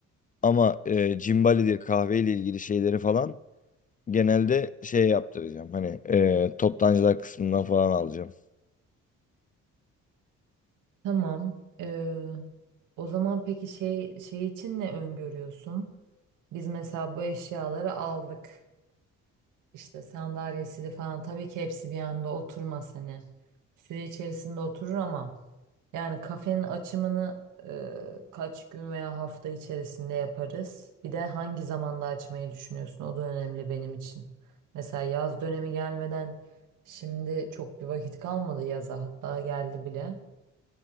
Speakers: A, on the left; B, on the right.
A: Ama e, cimbalidir kahveyle ilgili şeyleri falan genelde şey yaptıracağım. Hani e, toptancılar kısmından falan alacağım.
B: Tamam. Ee, o zaman peki şey şey için ne öngörüyorsun? Biz mesela bu eşyaları aldık. İşte sandalyesini falan tabii ki hepsi bir anda oturmaz hani. Süre içerisinde oturur ama yani kafenin açımını e, kaç gün veya hafta içerisinde yaparız? Bir de hangi zamanda açmayı düşünüyorsun? O da önemli benim için. Mesela yaz dönemi gelmeden şimdi çok bir vakit kalmadı yaza hatta geldi bile.